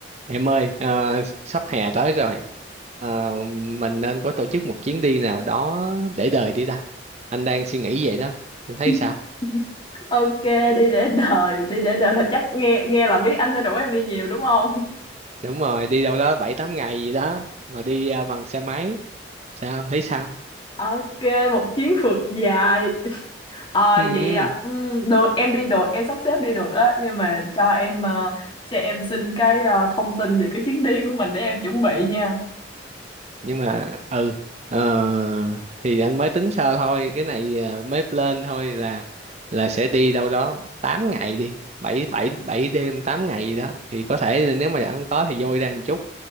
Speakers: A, on the right; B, on the left.
A: Em ơi, à, sắp hè tới rồi, à, mình nên có tổ chức một chuyến đi nào đó để đời đi ta. Anh đang suy nghĩ vậy đó, em thấy
B: <laughs>
A: sao?
B: Ok, đi để đời, đi để đời là chắc nghe nghe là biết anh sẽ rủ em đi nhiều đúng không?
A: Đúng rồi, đi đâu đó bảy tám ngày gì đó, mà đi à, bằng xe máy, sao, thấy sao?
B: Ok, một chuyến phượt dài. <laughs> Ờ
A: Ừ, ừ.
B: vậy à. Ừ, được em đi được, em sắp xếp đi được đó, nhưng mà cho em ờ, cho em xin cái ờ, thông tin về cái chuyến đi của mình để em chuẩn bị nha.
A: nhưng mà, ừ, ờ, thì anh mới tính sơ thôi, cái này à, mới lên thôi là là sẽ đi đâu đó 8 ngày đi, 7 7 7 đêm 8 ngày gì đó. Thì có thể là nếu mà anh không có thì vui ra một chút.